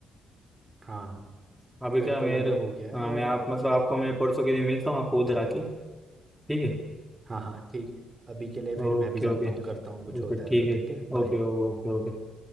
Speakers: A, on the right; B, in the centre.
A: हाँ
B: अभी
A: लगभग
B: क्या मेरे
A: लगभग हो गया
B: हाँ,
A: है
B: मैं
A: और
B: आप
A: बाकी
B: मतलब आपको मैं परसों के दिन मिलता हूँ आपको उधर आके ठीक है
A: हाँ हाँ ठीक अभी के लिए फिर
B: Okay
A: मैं भी जाता
B: okay
A: हूँ करता हूँ कुछ
B: ओके
A: होता है
B: ठीक
A: तो
B: है
A: ठीक है बाय
B: Okay okay okay